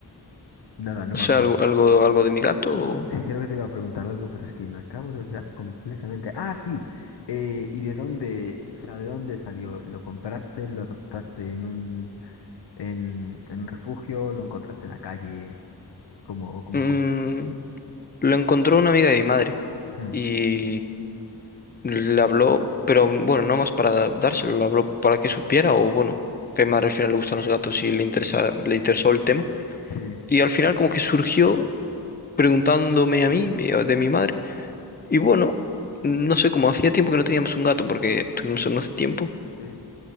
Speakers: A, on the left; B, on the left.
A: nada, no
B: O
A: me
B: sea,
A: acuerdo.
B: algo, algo, algo de mi gato. o-
A: Sí, creo que te iba a preguntar algo, pero es que me acabo de olvidar completamente. Ah, sí. eh, ¿y de dónde, o sea, de dónde salió? ¿Lo compraste? ¿Lo adoptaste en un, en, en un refugio? ¿Lo encontraste en la calle? ¿Cómo, cómo
B: mm,
A: fue?
B: lo encontró una amiga de mi madre
A: Mm,
B: y le habló, pero bueno, no más para da- dárselo, lo habló para que supiera o bueno, que a mi madre al final le gustan los gatos y le interesa, le interesó el tema
A: sí,
B: Y al final como que surgió preguntándome a mí, mi- de mi madre. Y bueno, no sé, como hacía tiempo que no teníamos un gato porque tuvimos uno hace tiempo,
A: Sí,